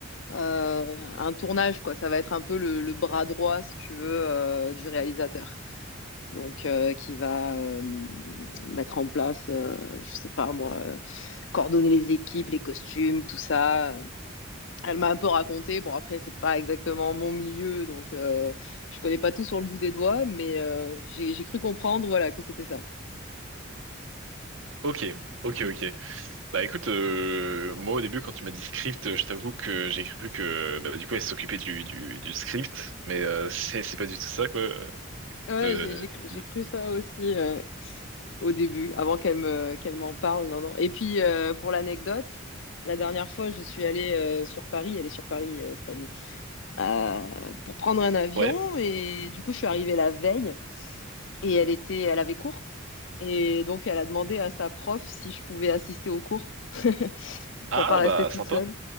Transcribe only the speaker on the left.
euh, un tournage, quoi. Ça va être un peu le, le bras droit, si tu veux, euh, du réalisateur. Donc, euh, qui va euh, mettre en place, euh, je sais pas moi, euh, coordonner les équipes, les costumes, tout ça. Elle m'a un peu raconté. Bon, après, c'est pas exactement mon milieu, donc euh, je connais pas tout sur le bout des doigts, mais euh, j'ai j'ai cru comprendre, voilà, que c'était ça.
Ouais,
j'ai j'ai cru, j'ai
cru ça aussi euh, au début, avant qu'elle me qu'elle m'en parle. Non, non. Et puis euh, pour l'anecdote, la dernière fois, je suis allée euh, sur Paris. Elle est sur Paris, euh, cette amie, euh, pour prendre un avion.
Et du coup, je suis arrivée la veille et elle était, elle avait cours. Et donc, elle a demandé à sa prof si je pouvais assister au cours <laughs>
pour pas rester
toute
seule.